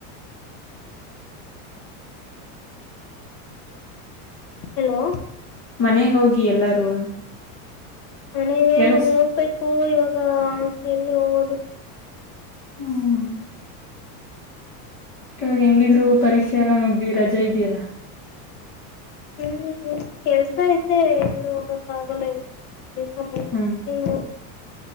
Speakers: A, on the left; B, on the left.
A: ಹ್ಮ್ ಹಲೋ
B: ಮನೆಗೆ ಹೋಗಿ ಎಲ್ಲಾರು
A: ಮನಗೆ
B: ಕೇಳಸ್
A: ಹೋಗ್ಬೇಕು ಇವಾಗ ಎಲ್ಲಿ ಹೋಗೋದು
B: ಹ್ಮ ಇವಾಗ ಹೆಂಗಿದ್ರು ಪರೀಕ್ಷೆ ಎಲ್ಲ ಮುಗ್ದಿ ರಜಾ ಇದೆಯಲ್ಲಾ
A: ಹ್ಮ್ ಕೆಲ್ಸ ಐತೆ ಎಲ್ಲಿ ಹೋಗಕ್ ಆಗಲ್ಲ ಇವ ಸಮಯ
B: ಹ್ಮ್
A: ಸಿಗ